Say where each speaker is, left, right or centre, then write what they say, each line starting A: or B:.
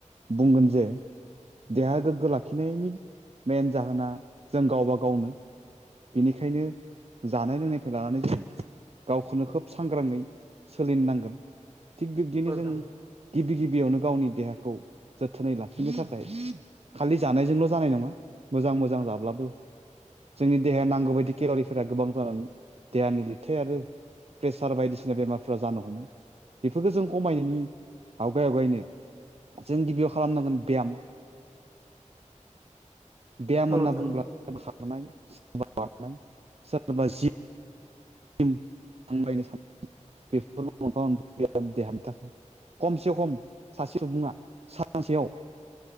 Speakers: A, on the right; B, on the right.
A: बुंगोन जे देहा गोग्गो लाखिनायनि मेइन जाहोना जों गावबा गावनो बेनिखायनो जानाय लोंनायनिफ्राय लानानै जों गावखौनो खोब सांग्राङै सोलि नांगोन थिग बिब्दिनो
B: नोंथां
A: जों गिबि गिबियावनो गावनि देहाखौ जोथोनै लाखिनो थाखाय खालि जानायजोंल' जानाय नङा मोजां मोजां जाब्लाबो जोंनि देहाया नांगौ बायदि केेल'रिफोरा गोबां जानानै देहानि लिरथाय आरो प्रेसार बायदिसिना बेमारफ्रा जानो हमो बेफोरखौ जों खमायनायनि आवगाय आवगायनो जों गिबियाव खालामनांगोन बेयाम बेयाम
B: औ
A: होनना
B: नोंथां
A: बुंब्ला खारनाय सोरबा बारनाय सोरबा जि <unintelligible> बेफोर देहानि थाखाय खमसे खम सासे सुबुङा सानसेयाव